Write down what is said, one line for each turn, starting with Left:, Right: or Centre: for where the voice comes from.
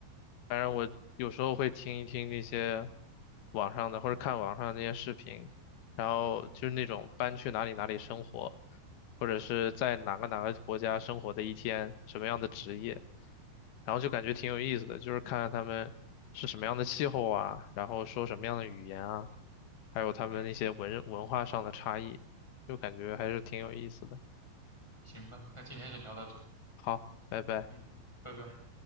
Left: 反正我有时候会听一听那些网上的，或者看网上那些视频，然后就是那种搬去哪里哪里生活，或者是在哪个哪个国家生活的一天，什么样的职业，然后就感觉挺有意思的，就是看看他们是什么样的气候啊，然后说什么样的语言啊，还有他们那些文文化上的差异，
Centre: 嗯，
Left: 就感觉还是挺有意思的。
Centre: 行吧，那今天就聊到这，
Left: 好，拜拜。
Centre: 嗯，拜拜。